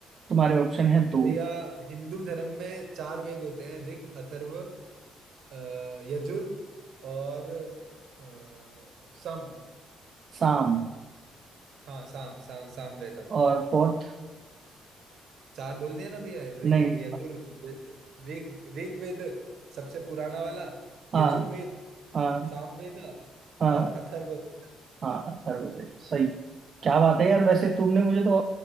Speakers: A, on the right; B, on the right.
A: तुम्हारे ऑप्शन है दो
B: भैया हिंदू धर्म में चार वेद होते हैं ऋग अथर्व अ, यजुर और अ, साम
A: साम
B: हाँ साम साम साम वेद
A: और फोर्थ
B: चार बोल दिया ना भैया ऋग
A: नहीं
B: यजुर ऋग ऋग्वेद सबसे पुराना वाला
A: हाँ
B: यजुर्वेद
A: हाँ
B: सामवेद
A: हाँ
B: और अथर्ववेद
A: हाँ अथर्ववेद सही
B: हाँ
A: क्या बात है यार वैसे
B: चार
A: तुमने मुझे तो